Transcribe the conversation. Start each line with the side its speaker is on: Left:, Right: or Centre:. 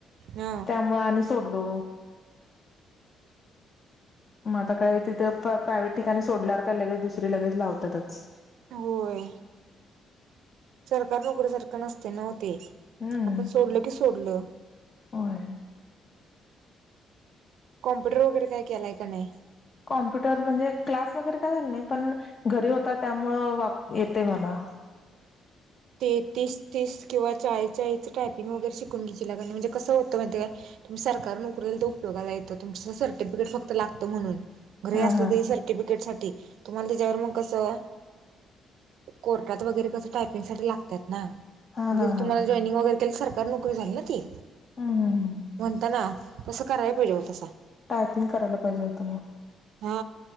Right: हा
Left: त्यामुळे आणि सोडलो मग आता काय तिथे प्रायव्हेट ठिकाणी सोडल्यावर काय लगेच दुसरी लगेच लावत्यातच
Right: होय सरकारी नोकरीसारखं नसते नवते
Left: हम्म
Right: आपण सोडल की सोडलं
Left: होय
Right: कॉम्प्युटर वगैरे काय केलाय का नाही
Left: कॉम्प्युटर म्हणजे क्लास वगैरे काय झालं नाही पण घरी होता त्यामुळे येतय मला
Right: ते तीस तीस किंवा चाळीस चाळीसच टायपिंग वगैरे शिकून घेशीला काय नाही म्हणजे कसं होतं म्हाहीतेय काय तुम्ही सरकारी नोकरीला तर उयोगाला येतं तुमच सर्टिफिकेट फक्त लागतं म्हणून घरी
Left: हा
Right: असलं
Left: हा
Right: तरी सर्टिफिकेट्स तुम्हाला त्याच्यावर मग कस अ कोर्टात वगैरे कस टाय साठी लागत्यात ना
Left: हा
Right: मग तिथ
Left: हा हा
Right: तुम्हाला जॉयनिंग वगैरे केल सरकारी नोकरी झाली ना ती
Left: हम् हम
Right: म्हणता ना तसं कराय पाहिजे होतासा
Left: टायपिंग करायला पाहिजे होतं मग
Right: हा